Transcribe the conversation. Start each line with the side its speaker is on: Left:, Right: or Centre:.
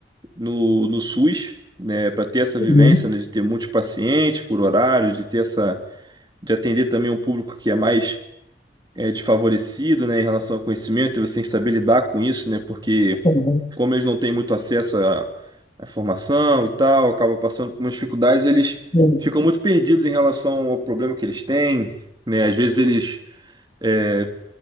Right: No, no SUS, né? Para ter essa vivência,
Left: uhum,
Right: né? De ter muitos pacientes por horário, de ter essa, de atender também um público que é mais é, desfavorecido, né? Em relação ao conhecimento, e você tem que saber lidar com isso, né? Porque
Left: uhum,
Right: como eles não têm muito acesso à, à informação e tal, acaba passando por umas dificuldades, eles
Left: uhum.
Right: ficam muito perdidos em relação ao problema que eles têm, né? Às vezes eles é,